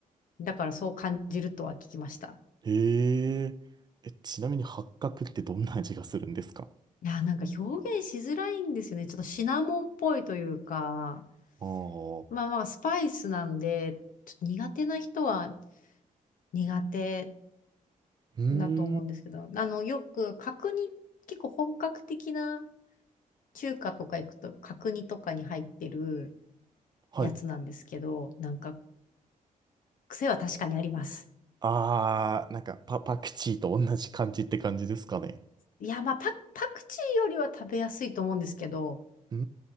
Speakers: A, on the left (about 70°); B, on the right (about 30°).
A: だからそう感じるとは聞きました。
B: へえ。え、ちなみに八角ってどんな味がするんですか
A: いやー、なんか表現しづらいんですよね。ちょっとシナモンっぽいというか、
B: ああー、
A: まあまあスパイスなんで、ちょっと苦手な人は苦手。
B: うーん。
A: だと思うんですけど、あの、よく角煮、結構本格的な中華とか行くと角煮とかに入ってる
B: はい。
A: やつなんですけど、なんか癖は確かにあります。
B: あー、なんかパ、パクチーと同じ感じって感じですかね。
A: いや、まあパ、パクチーよりは食べやすいと思うんですけど、
B: うー